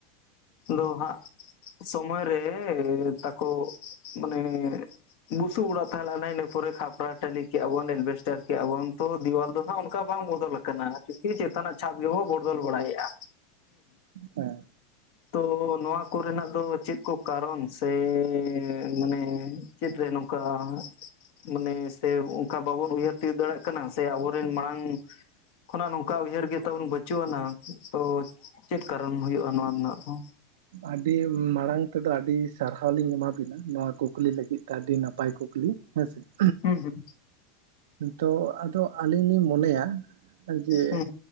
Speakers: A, on the left; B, on the right.
A: ᱫᱚ ᱦᱟᱸᱜ ᱥᱚᱢᱚᱭᱨᱮ ᱛᱟᱠᱚ ᱢᱟᱱᱮ ᱵᱩᱥᱩᱵ ᱚᱲᱟᱜ ᱛᱟᱦᱮᱸ ᱞᱮᱱᱟ ᱤᱱᱟᱹ ᱯᱚᱨᱮ ᱠᱷᱟᱯᱨᱟ ᱴᱟᱹᱞᱤ ᱠᱮᱫᱼᱟ ᱵᱚᱱ ᱮᱴᱵᱮᱥᱴᱟᱨ ᱠᱮᱫᱼᱟ ᱵᱚᱱ ᱛᱚ ᱫᱮᱣᱟᱞ ᱫᱚ ᱦᱟᱸᱜ ᱚᱱᱠᱟ ᱵᱟᱝ ᱵᱚᱫᱚᱞ ᱠᱟᱱᱟ ᱟᱨᱠᱤ ᱪᱮᱛᱟᱱᱟᱜ ᱪᱷᱟᱫ ᱜᱮᱵᱚᱱ ᱵᱚᱫᱚᱞ ᱵᱟᱲᱟᱭᱮᱫᱼᱟ
B: ᱦᱮᱸ
A: ᱛᱚ ᱱᱚᱣᱟ ᱠᱚᱨᱮᱱᱟᱜ ᱫᱚ ᱪᱮᱫ ᱠᱚ ᱠᱟᱨᱚᱱ ᱥᱮ ᱢᱟᱱᱮ ᱪᱮᱫ ᱨᱮ ᱱᱚᱝᱠᱟ ᱾ ᱢᱟᱱᱮ ᱥᱮ ᱚᱱᱠᱟ ᱵᱟᱵᱚᱱ ᱩᱭᱦᱟᱹᱨ ᱛᱤᱭᱳᱜ ᱫᱟᱲᱮᱭᱟᱜᱼᱟ ᱠᱟᱱᱟ ᱥᱮᱼᱼ ᱟᱵᱚᱨᱮᱱ ᱢᱟᱲᱟᱝ ᱠᱷᱚᱱᱟᱜ ᱱᱚᱝᱠᱟ ᱩᱭᱦᱟᱹᱨ ᱜᱮ ᱛᱟᱵᱚᱱ ᱵᱟᱹᱪᱩᱜ ᱟᱱᱟ ᱛᱚ ᱪᱮᱫ ᱠᱟᱨᱚᱱ ᱦᱩᱭᱩᱜᱼᱟ ᱱᱚᱣᱟ ᱨᱮᱱᱟᱜ ᱫᱚ ᱾
B: ᱟᱹᱰᱤ ᱢᱟᱲᱟᱝ ᱛᱮᱫᱚ ᱟᱹᱰᱤ ᱥᱟᱨᱦᱟᱣ ᱞᱤᱧ ᱮᱢᱟᱵᱤᱱᱟ, ᱱᱚᱣᱟ ᱠᱩᱠᱞᱤ ᱞᱟᱹᱜᱤᱫ ᱛᱮ ᱟᱹᱰᱤ ᱱᱟᱯᱟᱭ ᱠᱩᱠᱞᱤ ᱾ ᱦᱮᱸ ᱥᱮ ᱾
A: ᱦᱩᱸ <unintelligible>
B: ᱛᱚ ᱟᱫᱚ ᱟᱹᱞᱤᱧ ᱞᱤᱧ ᱢᱚᱱᱮᱭᱟ ᱡᱮᱼᱼ
A: ᱦᱩᱸ